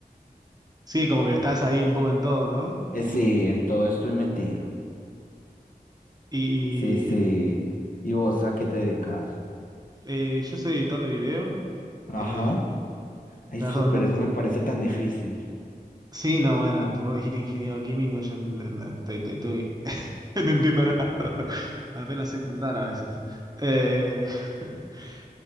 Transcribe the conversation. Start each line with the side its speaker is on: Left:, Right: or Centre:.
Right: Sí, como que estás ahí un poco en todo, ¿no?
Left: Eh, Sí, en todo estoy metido.
Right: Y,
Left: Sí, sí.
Right: y,
Left: ¿Y vos a qué te dedicas?
Right: eh, yo soy editor de video.
Left: Ajá.
Right: eh,
Left: Ay,
Right: trabajo
Left: súper,
Right: en una-
Left: eso me parece tan difícil.
Right: Sí, no, bueno, vos me dijiste ingeniero químico, yo n- n- estoy- estoy- estoy- <laughs> no entiendo nada, apenas sé contar a veces. Eh, <laughs>